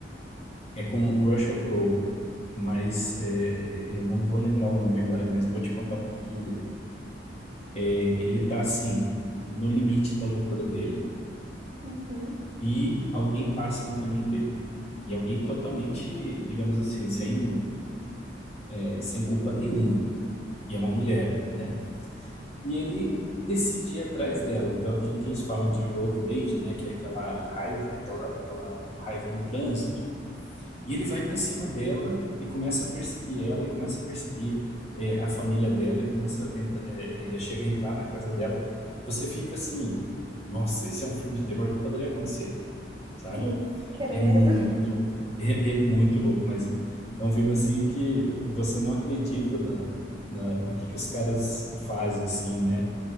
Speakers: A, on the left; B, on the right.
A: É com Russell Crowe, mas é, é, eu não vou lembrar o nome agora, mas vou te contar um pouquinho dele. É, ele tá assim, no limite da loucura dele,
B: Uhum.
A: e alguém passa no caminho dele. E alguém totalmente, digamos assim, sem, é, sem culpa nenhuma. E é uma mulher, né? e ele decide ir atrás dela. Então, aquilo que eles falam de road rage, né, que é aquela raiva, aquela, aquela raiva no trânsito. E ele vai para cima dela e começa a perseguir ela, e começa a perseguir é, a família dela, e começa a entra- é, é, chega a entrar na casa dela. Você fica assim, nossa, esse é um filme de terror que poderia acontecer, sabe?
B: Sim, credo.
A: É muito, é, é muito louco, mas é um filme assim que você não acredita na, na- no que que os caras fazem, assim, né?